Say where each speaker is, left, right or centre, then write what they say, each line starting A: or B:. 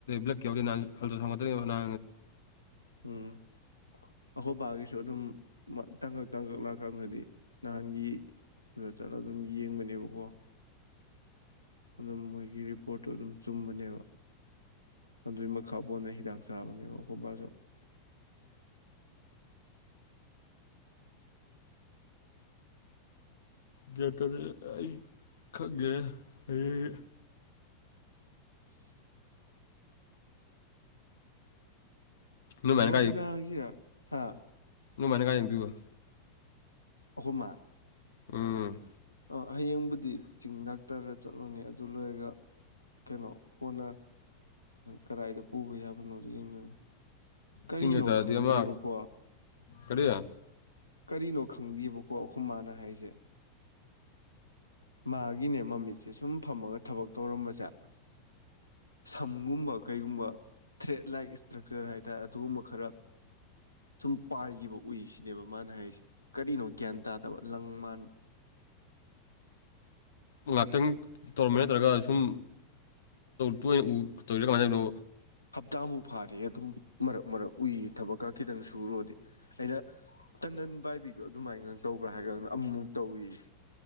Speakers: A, on the left (about 60°); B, on the left (about 80°).
A: ꯭ꯂꯛ ꯀ ꯌꯎ ꯅꯜꯥ ꯅ
B: ꯎꯝ ꯑꯍꯣꯕꯥꯒꯤꯁꯨ ꯑꯗꯨꯝ ꯇꯥꯡꯀꯛ ꯇꯥꯡꯀꯛꯥꯀꯛꯅꯗꯤ ꯅꯍꯥꯟꯒꯤ ꯑꯗꯨꯗ ꯆꯠꯂ ꯑꯗꯨꯝ ꯌꯦꯡꯕꯅꯦꯕꯀꯣ ꯑꯗꯨꯝ ꯃꯣꯏꯒꯤ ꯔꯤꯄꯣꯔꯠꯇꯨ ꯑꯗꯨꯝ ꯆꯨꯝꯕꯅꯦꯕ ꯑꯗꯨꯏ ꯃꯈꯥꯄꯣꯟꯅ ꯍꯤꯗꯥꯛ ꯆꯥꯕꯅꯦꯕ ꯈꯣꯕꯥꯁꯨ
A: ꯒꯌꯥꯟ ꯇꯗꯦ ꯑꯩ ꯈꯪꯗꯦ ꯍꯌꯦꯡꯗ ꯅꯣꯏꯃꯥꯏꯅ
B: ꯕꯕꯤꯅꯥꯒꯤ ꯍꯥꯥ
A: ꯅꯣ ꯃꯥꯅ ꯀꯥꯏ ꯌꯦꯡꯗꯨꯏꯕ
B: ꯑꯈꯣꯃꯥ
A: ꯎꯝ
B: ꯑꯥ ꯍꯌꯦꯡꯕꯨꯗꯤ ꯆꯤꯡ ꯗꯥꯛꯇꯔꯗ ꯆꯠꯂꯨꯅꯤ ꯑꯗꯨ ꯂꯣꯏꯔꯒ ꯀꯩꯅꯣ ꯀꯣꯟꯅ ꯀꯗꯥꯏꯗ ꯄꯨꯕ ꯌꯥꯕꯅꯣꯗꯣ ꯌꯦꯡꯅ ꯀꯔꯤꯒꯤꯅꯣ
A: ꯆꯤꯡ ꯂꯦꯛꯇꯥꯗꯤ
B: ꯈꯪꯗꯦꯕꯀꯣ
A: ꯑꯃ ꯀꯔꯤ
B: ꯀꯔꯤꯅꯣ ꯈꯪꯗꯦꯕꯀꯣ ꯑꯈꯣꯃꯥꯅ ꯍꯥꯏꯁꯦ ꯃꯥꯒꯤꯅꯦ ꯃꯃꯤꯠꯁꯦ ꯁꯨꯝ ꯐꯝꯃꯒ ꯊꯕꯛ ꯇꯧꯔꯝꯕꯁꯦ ꯁꯝꯒꯨꯝꯕ ꯀꯩꯒꯨꯝꯕ ꯊ꯭ꯔꯦꯠ ꯂꯥꯏꯛ ꯏꯁꯇ꯭ꯔꯛꯆꯔ ꯍꯥꯏꯇꯥꯔꯦ ꯑꯗꯨꯒꯨꯝꯕ ꯈꯔ ꯁꯨꯝ ꯄꯥꯏꯈꯤꯕ ꯎꯏ ꯁꯤꯅꯦꯕ ꯃꯥꯅ ꯍꯥꯏꯔꯤꯁꯦ ꯀꯔꯤꯅꯣ ꯒ꯭ꯌꯥꯟ ꯇꯥꯗꯕ ꯂꯪ ꯃꯥꯟ
A: ꯉꯥꯏꯍꯥꯛꯇꯪ ꯇꯧꯔꯝꯕ ꯅꯠꯇ꯭ꯔꯒ ꯁꯨꯝ ꯇꯣꯏꯅ ꯎ ꯇꯧꯔꯤꯔ ꯀꯃꯥꯏꯅ ꯇꯧꯅꯣ
B: ꯍꯞꯇꯥꯃꯨꯛ ꯐꯥꯔꯦ ꯑꯗꯨꯝ ꯃꯔꯛ ꯃꯔꯛ ꯎꯏ ꯊꯕꯛꯀ ꯈꯤꯇꯪ ꯁꯨꯔꯨꯔꯗꯤ ꯑꯩꯅ ꯇꯟꯗꯟ ꯄꯥꯏꯕꯤꯗꯣ ꯑꯗꯨꯃꯥꯏꯅꯒ ꯇꯧꯕ꯭ꯔꯥ ꯍꯥꯏꯀꯥꯟꯗ ꯑꯃꯃꯨꯛ ꯇꯧꯏ